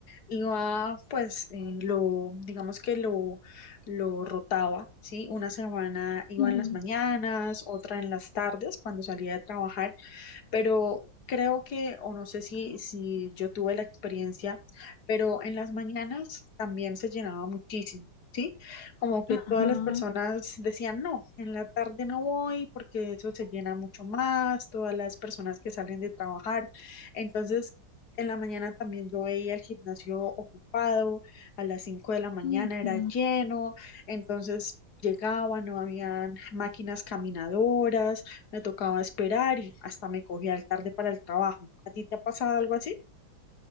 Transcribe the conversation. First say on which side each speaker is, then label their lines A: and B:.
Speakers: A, on the left; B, on the left.
A: Iba, pues, eh, lo, digamos que lo, lo rotaba, ¿sí? Una semana iba
B: Ujú.
A: en las mañanas, otra en las tardes cuando salía de trabajar pero creo que, o no sé si, si yo tuve la experiencia, pero en las mañanas también se llenaba muchísimo. ¿Sí? Como que
B: Ajá.
A: todas las personas decían, no, en la tarde no voy porque eso se llena mucho más, todas las personas que salen de trabajar. Entonces, en la mañana también yo veía el gimnasio ocupado, a las cinco de la mañana
B: ujú.
A: era lleno, entonces llegaba, no habían máquinas caminadoras, me tocaba esperar y hasta me cogía el tarde para el trabajo. ¿A ti te ha pasado algo así?